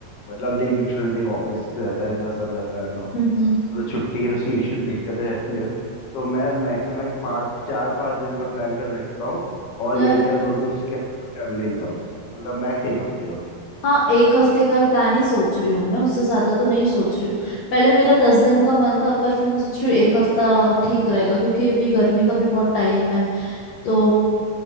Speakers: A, on the left (about 60°); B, on the left (about 75°).
A: मतलब देख यूजुअली देख ऑफिस रहता है मेरा सब रहता है ना
B: हम्म हम्म
A: तो छुट्टी की सी इश्यू दिक्कतें रहती है तो मैं मैक्सिमम पाँच चार पाँच दिन का प्लान कर सकता हूँ और
B: यार
A: एक या दो दिन उसके अलावा ट्रैवलिंग का मतलब मैक्स एक हफ्ते का
B: हाँ एक हफ्ते का प्लान ही सोच रही हूँ मैं उससे ज्यादा तो नहीं सोच रही हूँ पहले मेरा दस दिन का मन था पर फिर मैं सोच रही हूँ एक हफ्ता ठीक रहेगा क्योंकि अभी गर्मी का भी बहुत टाइम है तो